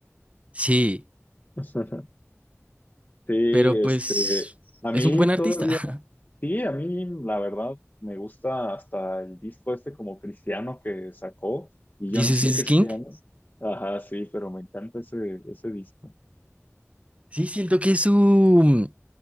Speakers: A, on the right (about 25°); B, on the left (about 40°).
A: Sí,
B: <laughs> Sí,
A: pero
B: este,
A: pues
B: a
A: es
B: mí
A: un buen artista.
B: todavía,
A: <laughs>
B: sí, a mí la verdad me gusta hasta el disco este como cristiano que sacó, y yo
A: Jesus
B: no soy
A: is
B: cristiano.
A: King.
B: Ajá, sí, pero me encanta ese, ese disco.
A: Sí, siento que su